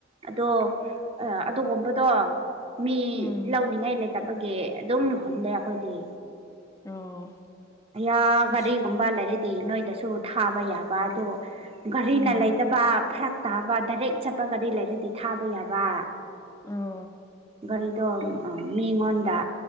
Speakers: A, on the right (about 30°); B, on the left (about 15°).
A: ꯑꯗꯣ ꯑꯗꯨꯒꯨꯝꯕꯗꯣ ꯃꯤ
B: ꯎꯝ
A: ꯂꯧꯅꯤꯡꯉꯥꯏ ꯂꯩꯇꯕꯒꯤ ꯑꯗꯨꯝ ꯍꯨꯜꯂꯦ ꯑꯩꯈꯣꯏꯗꯤ
B: ꯑꯣ
A: ꯑ
B: ꯑꯁ
A: ꯒꯥꯔꯤꯒꯨꯝꯕ ꯂꯩꯔꯤ ꯅꯣꯏꯗꯁꯨ ꯊꯥꯕ ꯌꯥꯕ ꯑꯗꯣ ꯒꯥꯔꯤꯅ
B: ꯎꯝ
A: ꯂꯩꯇꯕ ꯐꯔꯛ ꯇꯥꯕ ꯗꯥꯏꯔꯦꯛ ꯆꯠꯄ ꯒꯥꯔꯤ ꯂꯩꯔꯗꯤ ꯊꯥꯕ ꯌꯥꯕ
B: ꯑ
A: ꯒꯥꯔꯤꯗꫭ ꯑ ꯃꯤꯉꯣꯟꯗ